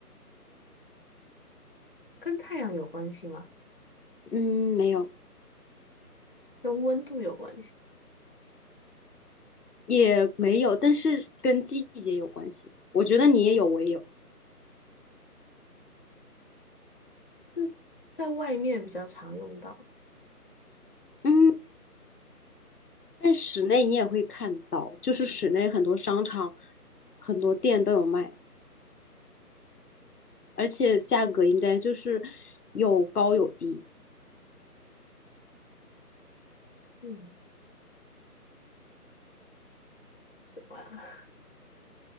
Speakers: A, on the left; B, on the left.
A: 跟太阳有关系吗？
B: 嗯，没有，
A: 跟温度有关系？
B: 也没有，但是跟季节有关系。我觉得你也有，我也有。
A: 嗯，在外面比较常用到。
B: 嗯。在室内你也会看到，就是室内很多商场、很多店都有卖，而且价格应该就是有高有低。
A: 嗯，什么啊？